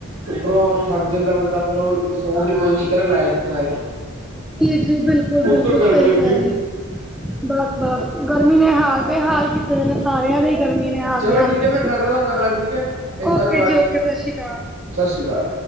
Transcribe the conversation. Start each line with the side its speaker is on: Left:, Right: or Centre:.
Right: ਉੱਪਰੋਂ ਥੱਕ ਜਾਂਦਾ ਬੰਦਾ, ਫਿਰ ਉਹ ਸੋਣ ਦੀ ਕੋਸ਼ਿਸ਼ ਕਰੇ ਲਾਈਟ ਨਾ ਆਏ।
Centre: ਠੀਕ ਜੀ-ਜੀ ਬਿਲਕੁਲ-ਬਿਲਕੁਲ
Right: ਉੱਤੋਂ ਗਰਮੀ
Centre: ਸਹੀ
Right: ਲੱਗੀ
Centre: ਕਹਿ ਰਹੇ ਓ। ਬਸ-ਬਸ ਗਰਮੀ ਨੇ ਹਾਲ ਬੇਹਾਲ ਕੀ ਜ ਸਾਰਿਆਂ ਦੇ ਹੀ ਗਰਮੀ ਨੇ ਹਾਲ-ਬੇਹਾਲ
Right: ਚਲੋ ਠੀਕ
Centre: ਕੀਤੇ
Right: ਹੈ ਮੈਂ
Centre: ਨੇ,
Right: ਕਰਦਾ ਤੁਹਾਡੇ ਨਾਲ ਗੱਲ ਠੀਕ ਹੈ ਇਸ ਬਾਰੇ
Centre: ਓਕੇ
Right: ਬਾਅਦ
Centre: ਜੀ-ਓਕੇ
Right: ਚੋਂ
Centre: ਸਤਿ ਸ੍ਰੀ ਅਕਾਲ।
Right: ਸਤਿ ਸ਼੍ਰੀ ਅਕਾਲ।